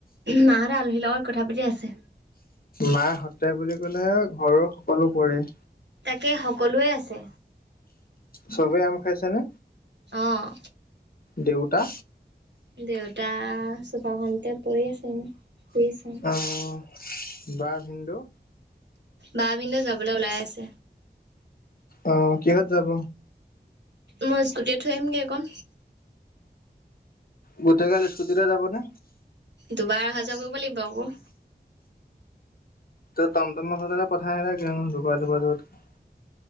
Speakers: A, on the right (about 75°); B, on the left (about 55°).
A: মাহতে আলহী লগত কথা পাতি আছে।
B: মাহতে বুলি ক'লে ঘৰৰ সকলো পৰে।
A: তাকে সকলোৱে আছে।
B: চবেই আম খাইছেনে
A: অ
B: দেউতা।
A: দেউতা চোফা খনতে পৰি আছে এনে। শুই আছে।
B: অ' বাৰ ভিন্দু।
A: বাহ ভিন্দু যাবলৈ ওলাই আছে।
B: অ' কিহত যাব।
A: মই স্কুটি থয় আহিমগৈ এই খন।
B: গোটেই গাল স্কুটিতে যাবনে?
A: দুবাৰ অহা যোৱা কৰিব লাগিব আকৌ।
B: ত, টমটম সেই পঠাই নিদিয় কিয় নো দুবা দুবা যোৱাতকৈ।